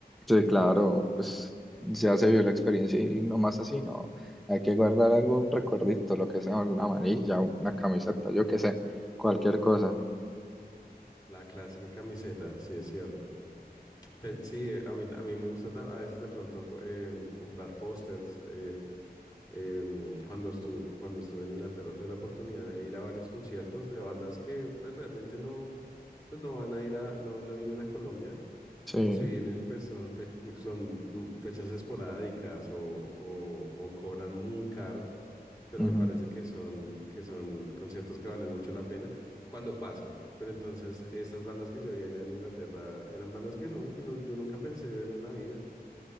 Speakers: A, in the centre; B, on the left.
A: Sí, claro, pues ya se vio la experiencia y no más así, ¿no? Hay que guardar algún recuerdito, lo que sea, una manilla, una camiseta, yo qué sé, cualquier cosa.
B: La clásica camiseta, sí, es cierto. Pe- sí, eh, a mí, a mí me gusta ta- a veces de pronto co- eh, comprar pósters. eh, Em, cuando estuve, cuando estuve en Inglaterra tuve la oportunidad de ir a varios conciertos de bandas que pues, realmente no, pues, no van a ir a, no, no vienen a Colombia,
A: Sí,
B: o si vienen, pues son, fe- son mm, fechas esporádicas o, o, o cobran muy caro, pero
A: ujú,
B: me parece que son, que son conciertos que valen mucho la pena cuando pasan. Pero entonces, estas bandas que yo veía allá en Inglaterra eran bandas que no, que no, yo nunca pensé ver en la vida.